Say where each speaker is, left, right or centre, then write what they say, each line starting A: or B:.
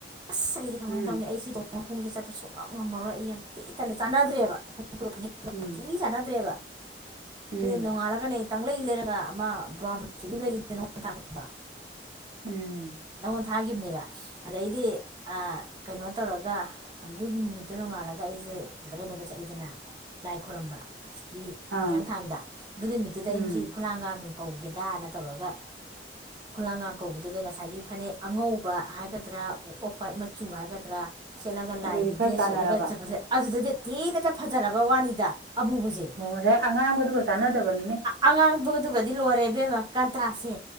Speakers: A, on the right; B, on the right.
A: ꯑꯁ ꯑꯩꯗꯤ ꯀꯃꯥꯏꯅ
B: ꯎꯝ
A: ꯇꯧꯅꯤ ꯑꯩ ꯁꯤ ꯃꯈꯣꯡꯁꯦ ꯆꯠꯄ ꯁꯨꯡ ꯉꯝꯃꯔꯣꯏ ꯑꯩ ꯌꯥꯝ ꯇꯦ ꯇꯜꯂ ꯆꯥꯟꯅꯗ꯭ꯔꯦꯕ
B: ꯎꯝ
A: ꯐꯊꯤ ꯆꯥꯟꯅꯗ꯭ꯔꯦꯕ
B: ꯎꯝ
A: ꯅꯦ ꯅꯣꯡꯉꯥꯜꯂꯒꯅꯦ ꯇꯥꯡꯂꯛꯏ ꯂꯩꯔꯒ ꯑꯃ ꯕ꯭ꯔꯥꯎꯁꯨꯝ ꯂꯩ ꯅꯄꯗ
B: ꯎꯝ
A: ꯅꯪꯉꯣꯟ ꯊꯥꯒꯤꯈꯤꯕꯅꯦꯕ ꯑꯗꯩꯗꯤ ꯀꯩꯅꯣ ꯇꯧꯔꯒ ꯑꯗꯨꯒꯤ ꯅꯨꯃꯤꯠꯇꯨ ꯅꯣꯡꯉꯥꯜꯂꯒ ꯑꯩꯁꯦ ꯀꯩꯅꯣꯗ ꯆꯠꯂꯤꯗꯅ ꯂꯥꯏ ꯈꯣꯏꯔꯝꯕ ꯑꯁꯤꯒꯤꯛꯀꯤ
B: ꯑꯥ
A: ꯍꯤꯌꯥꯡꯊꯥꯡꯗ ꯑꯗꯨ ꯅꯨꯃꯤꯠꯇꯨꯗ
B: ꯎꯝ
A: ꯑꯩ ꯃꯁꯤ ꯈꯨꯂꯥꯡꯒꯗꯨ ꯀꯧꯒꯦꯗꯅ ꯇꯧꯔꯒ ꯈꯨꯂꯥꯡꯒꯥꯡ ꯀꯧꯕꯗꯨꯗ ꯉꯁꯥꯏꯒꯤ ꯐꯅꯦꯛ ꯑꯉꯧꯕ ꯍꯥꯏꯒꯗ꯭ꯔꯥꯐ꯭ꯏꯠ ꯃꯆꯨ ꯍꯥꯏꯒꯗ꯭ꯔꯥ ꯁꯦꯠꯂꯒ
B: ꯑꯗꯨꯗꯤ
A: ꯂꯥꯏꯒꯤꯗ꯭ꯔꯦ
B: ꯈꯔ ꯆꯥꯟꯅꯔꯕ
A: ꯁꯦꯠꯂꯒ ꯆꯠꯄꯗꯦ ꯑꯗꯨꯗꯗꯤ ꯊꯤꯅꯇ ꯐꯖꯔꯕ ꯋꯥꯅꯤꯗ ꯑꯃꯨꯕꯁꯦ
B: ꯑꯣꯁ ꯑꯉꯥꯡꯕꯗꯨꯒ ꯆꯥꯟꯅꯗꯕꯅꯤꯅꯦ
A: ꯑꯉꯥꯡꯗꯨꯗꯨꯒꯗꯤ ꯂꯣꯏꯔꯦ ꯏꯕꯦꯝꯃ ꯀꯟꯇ꯭ꯔꯥꯁꯦ